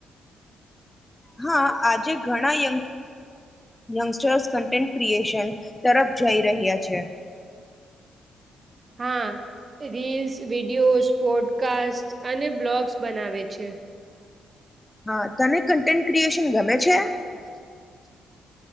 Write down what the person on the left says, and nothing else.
હા આજે ઘણાય યંગસ્ટર્સ કન્ટેન્ટ ક્રિએશન, તરફ જઈ રહ્યા છે.
હા તને કન્ટેન્ટ ક્રિએશન ગમે છે?